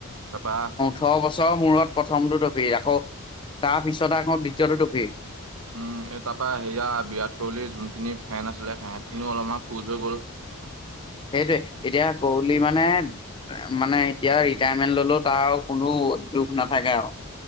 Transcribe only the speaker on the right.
তাৰ পৰা
উম, তাৰ পৰা সেয়া বিৰাট কোহলিৰ যোনখিনি ফেন আছিলে সিহঁতখিনিও অলপমান খোজ হৈ গ'ল। <inaudible>